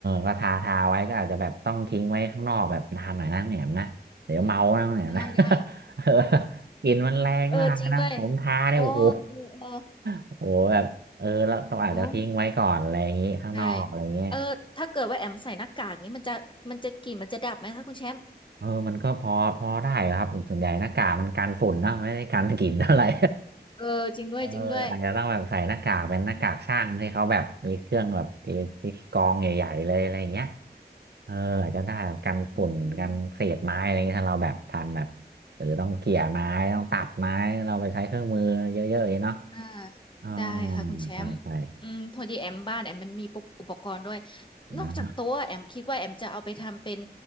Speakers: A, on the right; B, on the left.
A: ก็ทาทาไว้ก็อาจจะแบบต้องทิ้งไว้ข้างนอกแบบนานหน่อยนะแหนมนะเดี๋ยวเมานะแหนมนะ
B: อืมได้ได้
A: <laughs> เออกลิ่นมันแรงมากนะผมทาเนี่ยโอ้โห
B: เออจริงด้วยโอ้เออเออ
A: โอ้โหแบบเออแล้วต้องอาจจะทิ้งไว้ก่อนอะไรอย่างงี้ข้างนอกอะไรเงี้ย
B: โอ้ ใช่เออถ้าเกิดว่าแอมใส่หน้ากากนี้มันจะมันจะกลิ่นมันจะดับไหมคะคุณแชมป์
A: เออมันก็พอพอได้ครับส่วนใหญ่หน้ากากมันกันฝุ่นนะไม่ได้กันกลิ่นเท่าไหร่
B: เออจริงด้วยจริงด้วย
A: เอออาจจะต้องแบบใส่หน้ากากเป็นหน้ากากช่างที่เขาแบบมีเครื่องแบบที่ที่กรองใหญ่ๆเลยอะไรอย่างเงี้ย
B: อืม
A: เอออาจจะได้แบบกันฝุ่นกันเศษไม้อะไรเงี้ยถ้าเราแบบทำแบบหรือต้องเกี่ยไม้ต้องตัดไม้เราไปใช้เครื่องมือเยอะๆอย่างเงี้ยเนาะ
B: อืมอืมอ่า
A: อ๋อ
B: ได้ค่ะคุณแชมป์อืมพอดีแอมบ้านแอมมันมีปุกอุปกรณ์ด้วย
A: ใช่ใช่
B: นอกจากโต๊ะแอมคิดว่าแอมจะเอาไปทำเป็น
A: นะ